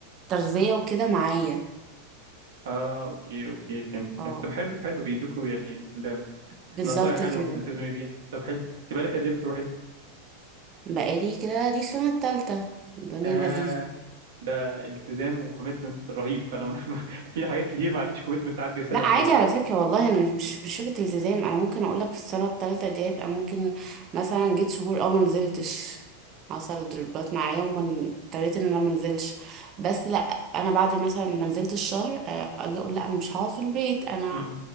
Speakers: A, on the right; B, on the right.
A: تغذية وكده معايا
B: اه اوكي اوكي فهمت فهمت
A: اه
B: طب حلو حلو بيدوكوا يعني ال-
A: بالظبط
B: نصايح حلوه
A: كده
B: بتلتزمي بيها طب حلو انت بقالك قد ايه بتروحي
A: بقالي كده دي السنة التالتة الدنيا
B: آه
A: لذيذة
B: ده التزام وكوميتمنت رهيب انا ما ما- <laughs> في حاجات كتير ما عنديش كوميتمنت تعدي سنه
A: لا
B: فيها
A: عادي على فكرة والله انا مش مش مش فكرة التزام انا ممكن اقول لك في السنة التالتة ديت انا ممكن مثلا جيت شهور او ما نزلتش حصل ضربات معايا وما ن- اضطريت ان انا ما انزلش بس لا انا بعد مثلا ما نزلتش شهر آه، اجي اقول لا انا مش هقعد في البيت انا
B: امم